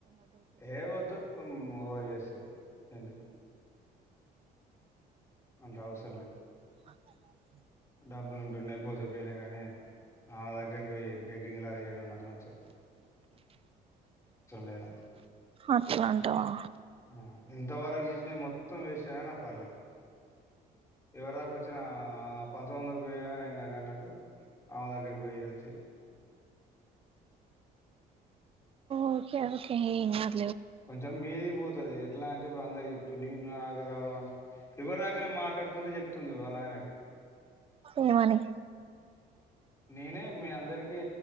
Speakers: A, on the left (about 15°); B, on the right (about 35°).
A: ఏ వొద్దు ఓంమోరియస్ త్ ఎందుకు అంత అవస్రం లే
B: అే
A: డబ్బులు ఉంటున్నయ్ పోతెపోయ్ నయ్ కానీ, ఆమె దగ్గర పోయి బెగ్గింగ్ లాగా చేయడం నాకు నచ్చద్. లేదు నాకు
B: అట్లాంటవా
A: ఆ ఇంత వరకు చేస్న మొత్తం వేస్టెన నాక్ పర్లేద్ ఎవ్వరాక వచ్చిన, పంత్తవందలు పొయ్నయ్ ఇంగా గాని నాకు ఆమె దగ్గర పోయి అజ్జి
B: ఓకే ఓకే ఏం క
A: కొంచెం మీది పోతది ఎట్లాన్ ఇప్పుడు అందరు చెప్తుంని నీ నాకు రావడం వల్ల ఎవ్వరురాకన మాట్లాడుతుంది చెప్తుంది వాళ్ళ ఆయనకి
B: ఏమని
A: నేనే మీ అందరికి